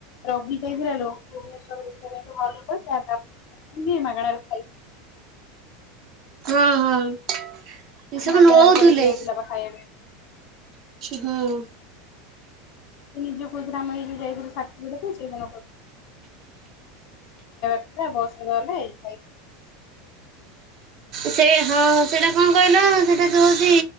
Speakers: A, on the left; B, on the right.
A: ରବି ଯାଇଥିଲା ଲୋ ଭୁବନେଶ୍ଵର ଦେଖିବାପାଇଁ ହଲ୍ ରେ <unintelligible> ମାଗଣାରେ ଖାଇ
B: ହଁ ହଁ। ଟ୍ୟୁସନ୍
A: ମାଗଣାରେ
B: ନୋଉଥିଲେ
A: କୁଆଡେ ଦିଆ ହଉଥିଲା ବା ଖାଇବା ପାଇଁ
B: ହଁ।
A: ସେ ନିଜେ କୋଉଥିଲା ଆମେ ଏଯୋଉ ଯାଇଥିଲୁ ସା <unintelligible> ଖାଇବା ପିଇବା ବସ୍ ରେ ଗଲେ ଖାଇ।
B: ସେଇ ହଁ ସେଇଟା କଣ କହିଲ ସେଇଟା ଯୋଉ ହଉଚି